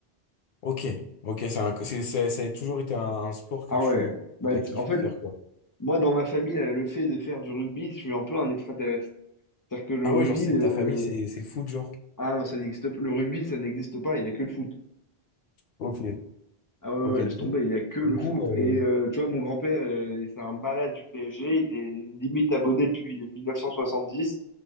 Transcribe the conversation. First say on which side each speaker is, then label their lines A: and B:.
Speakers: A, on the left; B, on the left.
A: Ok, ok, c'est un- c'est- c'est- ça a toujours été un, un sport que
B: Ah
A: tu
B: ouais. Bah,
A: as
B: t-
A: kiffé
B: en fait,
A: faire, quoi.
B: moi, dans ma famille, euh, le fait de faire du rugby, je suis un peu un extraterrestre. C'est-à-dire que le
A: Ah
B: rugby,
A: ouais, genre, c'est
B: euh,
A: ta famille, c'est c'est foot, genre.
B: ah non, ça n'existe pas. Le rugby, ça n'existe pas, il n'y a que le foot.
A: Ok,
B: Ah ouais, ouais,
A: ok.
B: ouais, laisse tomber, il n'y a que le
A: Du coup,
B: foot.
A: euh,
B: Et euh, tu vois, mon grand-père, euh, c'est un malade du PSG, il est limite abonné depuis mille neuf cent soixante-dix